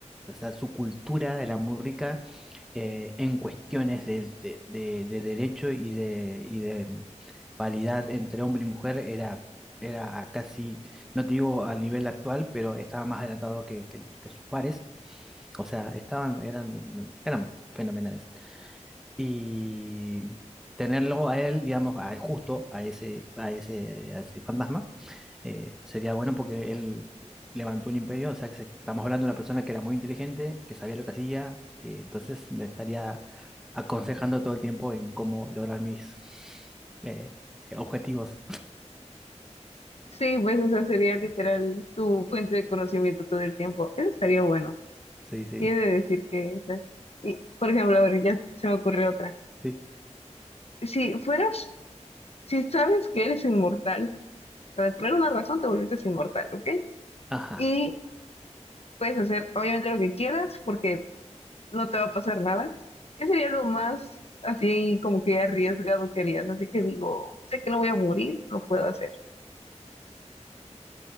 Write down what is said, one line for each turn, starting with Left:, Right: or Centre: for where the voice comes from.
Centre: o sea, su cultura era muy rica eh, en cuestiones de, de- de- de derecho y de, y de mm, paridad entre hombre y mujer, era, era a casi, no te digo al nivel actual, pero estaba más adelantado que, que- que sus pares. O sea, estaban, eran, eran fenomenales y tenerlo a él, digamos, a- justo a ese, a ese, a ese fantasma, eh, sería bueno porque él levantó un imperio, o sea, que se- estamos hablando de una persona que era muy inteligente, que sabía lo que hacía, que entonces me estaría aconsejando todo el tiempo en cómo lograr mis eh, objetivos.
Left: Sí, pues, o sea, sería literal tu fuente de conocimiento todo el tiempo. Eso estaría bueno.
Centre: Sí, sí,
Left: Sí, he de decir que esa es. Y, por ejemplo, a ver, ya se me ocurrió otra.
Centre: sí.
Left: Si fueras, si sabes que eres inmortal, o sea, por alguna razón te volviste inmortal, ¿ok?
Centre: Ajá.
Left: Y puedes hacer, obviamente, lo que quieras, porque no te va a pasar nada. ¿Qué sería lo más así como que arriesgado que harías? Así que digo, sé que no voy a morir, lo puedo hacer.